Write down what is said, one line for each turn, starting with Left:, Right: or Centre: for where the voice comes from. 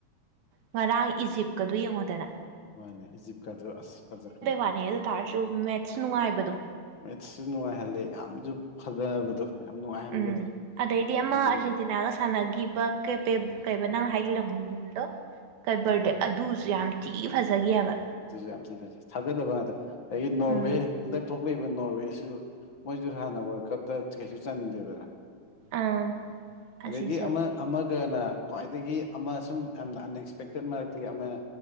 Right: ꯉꯔꯥꯡ ꯏꯖꯤꯞꯀꯗꯨ ꯌꯦꯡꯉꯣꯗꯅ꯫
Left: ꯃꯥꯅꯦ ꯏꯖꯤꯞꯀꯥꯗꯨ ꯑꯁ ꯐꯖꯈꯠꯂꯛꯑꯦ
Right: ꯋꯥꯅꯦ ꯑꯗꯨ ꯇꯥꯔꯁꯨ ꯃꯦꯠꯁ ꯅꯨꯡꯉꯥꯏꯕꯗꯣ
Left: ꯃꯦꯠꯁꯨ ꯅꯨꯡꯉꯥꯏꯍꯜꯂꯦ ꯌꯥꯝꯖꯨ ꯐꯖꯕꯗꯣ <unintelligible>
Right: ꯎꯝ ꯑꯗꯩꯗꯤ ꯑꯃ
Left: ꯑꯣꯏꯗꯤ
Right: ꯑꯥꯔꯖꯦꯟꯇꯤꯅꯥꯒ
Left: ꯑꯣꯏꯔꯝꯃꯦ
Right: ꯁꯥꯟꯅꯒꯤ ꯕ ꯀꯦꯄꯦ ꯀꯩꯕ ꯅꯪ ꯍꯥꯏꯒꯤꯕ ꯂꯝꯗꯣ ꯀꯕꯔ ꯗꯦ ꯑꯗꯨꯁꯨ ꯌꯥꯝ ꯊꯤ ꯐꯖꯥꯈꯤ ꯍꯥꯏꯕ
Left: ꯑꯗꯨꯁꯨ ꯌꯥꯝ ꯊꯤ ꯐꯖꯩ ꯊꯥꯖꯗꯕ ꯉꯥꯛꯇ ꯑꯗꯒꯤ ꯅꯣꯔꯋꯦ
Right: ꯎꯝ
Left: ꯍꯟꯗꯛ ꯊꯣꯛꯂꯛꯏꯕ ꯅꯣꯔꯋꯦꯁꯨ ꯃꯣꯏꯖꯨ ꯍꯥꯟꯅ ꯋꯥꯔꯜ ꯀꯞꯇ ꯀꯩꯁꯨ ꯆꯟꯗꯔꯤꯗꯅ
Right: ꯑꯥ
Left: ꯑꯗꯒꯤ
Right: ꯑꯁꯤꯁꯨ
Left: ꯑꯃ ꯑꯃꯒꯅ ꯈ꯭ꯋꯥꯏꯗꯒꯤ ꯑꯃ ꯁꯨꯝ ꯌꯥꯝꯅ ꯑꯟꯑꯛꯁꯄꯦꯛꯇꯦꯠ ꯃꯔꯛꯇꯒꯤ ꯑꯃꯅ